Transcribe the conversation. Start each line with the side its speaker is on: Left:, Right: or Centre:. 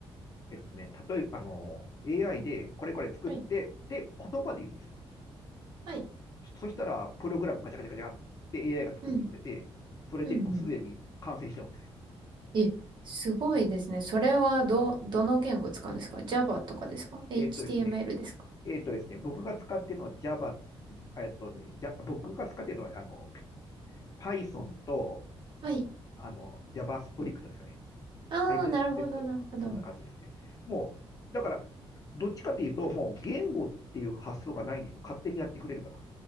Left: えっとね、例えば、あの、AI でこれこれ作って、
Right: はい。
Left: で、言葉で言うんですよ。
Right: はい。
Left: そしたら、プログラムカチャカチャカチャって AI が作ってくれて、
Right: うん。
Left: それでもうすでに完成しちゃうんですよ。
Right: うんうん。え、すごいですね。それはど、どの言語使うんですか ?Java とかですか ?HTML
Left: えっとですね、
Right: ですか
Left: えっとですね、僕が使ってるのは Java えっとね、じゃ、僕が使ってるのは、あの、Python と
Right: はい。
Left: あの JavaScript ですかね。
Right: ああ、
Left: TypeScript
Right: なるほど、
Left: とかそんな感じですね。
Right: なるほど。
Left: もう、だから、どっちかというと、もう言語っていう発想がないんですよ。勝手にやってくれるから。